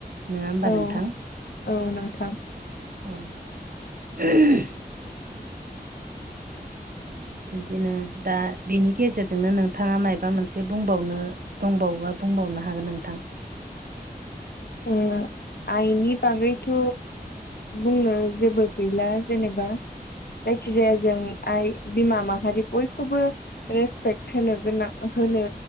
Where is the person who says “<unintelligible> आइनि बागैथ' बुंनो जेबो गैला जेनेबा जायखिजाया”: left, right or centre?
Left